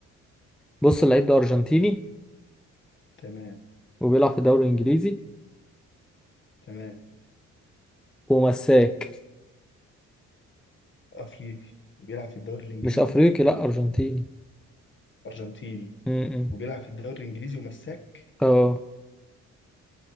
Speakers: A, in the centre; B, on the left.
A: بص اللعيب ده أرجنتيني
B: تمام
A: وبيلعب في الدوري الإنجليزي
B: تمام
A: ومساك
B: افريقي بيلعب في الدوري الانجليزي
A: مش أفريقي لأ أرجنتيني
B: ارجنتيني
A: مم.
B: وبيلعب في الدوري الانجليزي ومساك
A: اه